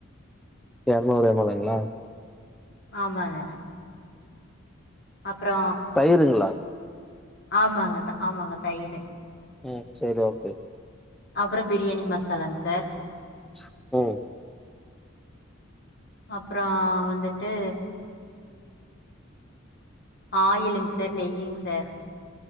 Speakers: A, in the centre; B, on the left (about 55°).
A: இரநூறு எம்மழுங்களா
B: ஆமாங்க அப்பறோ
A: தயிருங்களா
B: ஆமாங்க ஆமாங்க தயிர்
A: ம் சரி ஓகே
B: அப்பறோ பிரியாணி மசாலாங்க சார்
A: ஸ் ம்
B: அப்பற வந்துட்டு ஆயிலுங்க சார் நெய்யுங்க சார்